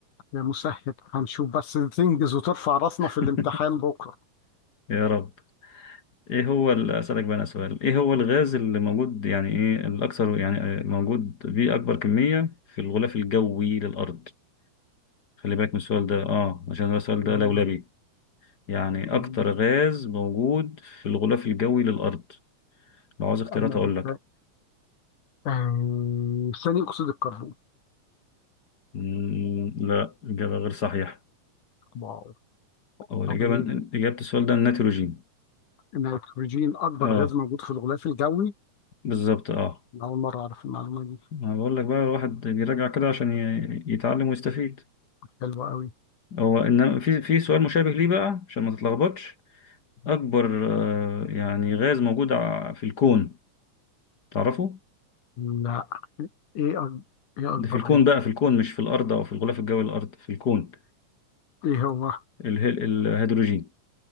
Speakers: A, on the left; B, on the left.
A: يا مسهل هنشوف بس تنجز وترفع راسنا في الامتحان
B: <laughs>
A: بكرة
B: يا رب ايه هو ال- اسالك بقى انا سؤال ايه هو الغاز اللي موجود يعني ايه الاكثر يعني آه، موجود بيه اكبر كميه في الغلاف الجوي للارض خلي بالك من السؤال ده اه عشان ده السؤال
A: تمام.
B: ده لولبي يعني
A: مم.
B: أكتر غاز موجود في الغلاف الجوي للأرض لو عاوز اختيارات
A: أنا
B: أقول
A: بت...
B: لك
A: آه، ثاني أكسيد الكربون
B: مم، لا إجابة غير صحيحة
A: واو
B: أو الإجابة
A: طبيعة
B: إجابة السؤال ده النيتروجين
A: النيتروجين أكبر
B: أه
A: غاز موجود في الغلاف الجوي
B: بالظبط أه
A: أنا أول مرة أعرف المعلومة دي
B: ما بقول لك بقى الواحد بيراجع كده عشان ي- يتعلم ويستفيد
A: حلوة قوي
B: هو إن في في سؤال مشابه ليه بقى عشان ما تتلخبطش أكبر آه، يعني غاز موجود ع- في الكون تعرفه؟
A: لا إيه أك... إيه
B: ده
A: أكبر
B: في الكون
A: غاز
B: بقى في الكون مش في الأرض أو في الغلاف الجوي للأرض في الكون
A: إيه هو
B: اله- الهيدروجين